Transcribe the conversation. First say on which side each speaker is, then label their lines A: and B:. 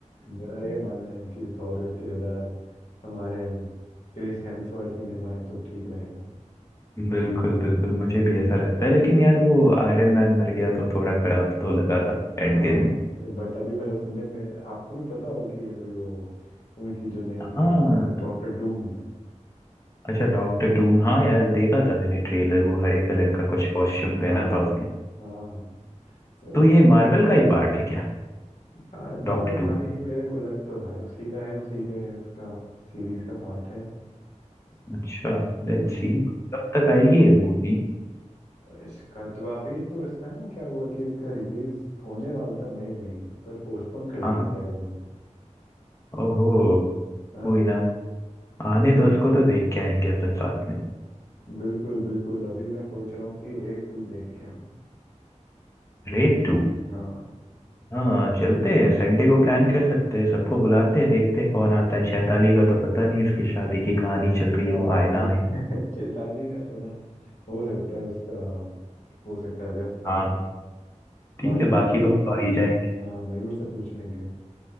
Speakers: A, on the left; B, on the left.
A: मेरा ये
B: <laughs>
A: मानना है कि थॉर का किरदार हमारे क्रिस हेम्सवर्थ ही निभाए तो ठीक रहेगा
B: बिल्कुल बिल्कुल मुझे भी ऐसा लगता है लेकिन यार वो आयरन मैन मर गया तो थोड़ा खराब तो लगा था एंड
A: हाँ
B: गेम में
A: बट अभी मेरा सुनने में आपको भी पता हो कि अभी वो उनकी जो नई
B: हाँ
A: फिल्म आ रही है डॉक्टर डूम में
B: अच्छा डॉक्टर डूम हाँ यार देखा था मैंने ट्रेलर वो हरे
A: हाँ
B: कलर का कुछ कॉस्ट्यूम
A: हाँ
B: पहना था उसने
A: हाँ वैसे
B: तो ये मार्वल का ही पार्ट है क्या
A: आज
B: Doctor
A: अबे भाई
B: Doom
A: मेरे को लग तो रहा है उसी का है उसी के उसका सीरीज का पार्ट है
B: अच्छा लेट्स
A: हम्म
B: सी कब तक आएगी ये मूवी
A: इसका तो अभी तो इसका ना क्या हुआ कि इसका रिलीज होने वाला था मई में ही पर पोस्टपोन कर दिया
B: हाँ हाँ
A: शायद इन्होंने
B: ओहो
A: हाँ
B: वही ना आने दो उसको तो देख के आएंगे अपन साथ में
A: बिल्कुल बिल्कुल अभी मैं सोच रहा हूँ कि रेड टू देख के आऊँ
B: रेड टू
A: हाँ
B: हाँ चलते हैं संडे को प्लान कर सकते हैं सबको बुलाते हैं देखते हैं कौन आता है चैताली का तो पता नहीं उसकी शादी की कहानी चल रही
A: हाँ
B: है वो आए
A: चेत-
B: ना आए
A: <laughs> चेताली का थोड़ा हो सकता है उसका हो सकता है व्यस्त हो
B: हाँ ठीक
A: बाकी
B: है
A: कोई
B: बाकी
A: बात
B: लोग तो आ
A: नहीं
B: ही जाएंगे
A: हाँ मयूर से पूछ लेंगे